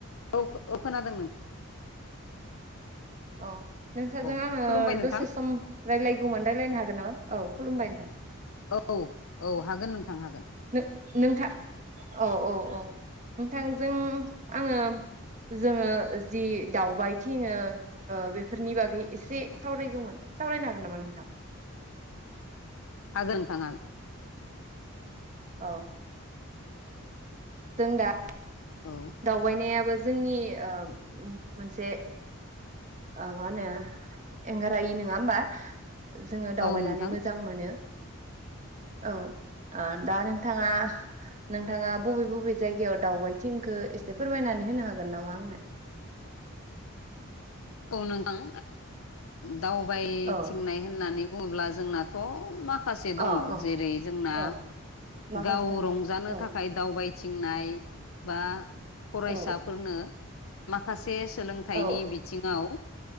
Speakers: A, on the left; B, on the right.
A: औ औ खोनादों नों?
B: अ नोंसोरजों
A: औ
B: आङो
A: खुलुमबाय नोंथां
B: दसे सम रायजलायगौमोन रायज्लायनो हागोन नामा? औ खुलुमबाय नोंथां
A: औ औ हागोन नोंथां हागोन।
B: नो-नोंथां औ औ औ नोंथांजों आङो जोङो जि दावबायथिङो बेफोरनि बागै एसे सावरायगौमोन। सावरायनो हागोन नामा नोंथां?
A: हागोन नोंथां आं।
B: औ जों दा
A: औ
B: दावबायनायाबो जोंनि ओ उम मोनसे ओ मा होनो एंगारहायि नङा होमबा जोङो दावबायनानै
A: औ नोंथां
B: मोजां मोनो औ आ दा नोंथाङा नोंथाङा बबे बबे जायगायाव दावबायथिंखो एसे फोरमायनानै होनो हागोन? <unintelligible> हागोन नामा आंनो
A: औ नोंथां दावबायथिंनाय
B: औ
A: होननानै बुङोब्ला जोंनाथ' माखासे
B: औ
A: दङ
B: औ
A: जेरै जोंना
B: औ माखासे
A: गाव रंजानो
B: ओं
A: थाखाय
B: औ
A: दावबाय थिंनाय बा फरायसाफोरनो
B: औ
A: माखासे सोलोंथाइनि
B: औ
A: बिथिङाव